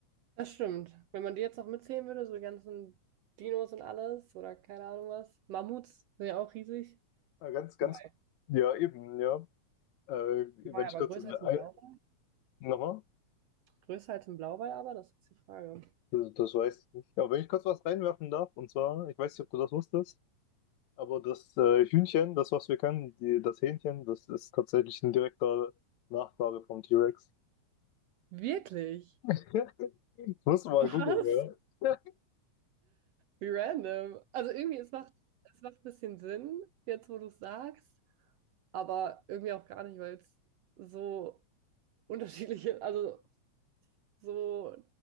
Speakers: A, on the right; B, on the left.
A: Das stimmt. Wenn man die jetzt noch mitzählen würde, so die ganzen Dinos und alles oder keine Ahnung was. Mammuts sind ja auch riesig.
B: Äh, ganz, ganz,
A: Wobei,
B: ja, eben, ja. Äh,
A: war
B: wenn
A: ja
B: ich
A: aber
B: kurz,
A: größer
B: äh,
A: als ein Blauwal.
B: nochmal,
A: Größer als ein Blauwal, aber das ist die Frage.
B: das, das weiß ich nicht. Aber wenn ich kurz was reinwerfen darf, und zwar, ich weiß nicht, ob du das wusstest, Aber das äh, Hühnchen, das was wir kennen, die, das Hähnchen, das ist tatsächlich ein direkter Nachfahre vom T-Rex.
A: Wirklich?
B: <laughs> Musst du mal
A: Was?
B: googeln, ja.
A: Wie random. Also irgendwie, es macht, es macht ein bisschen Sinn, jetzt wo du es sagst, aber irgendwie auch gar nicht, weil es so unterschiedliche, also so,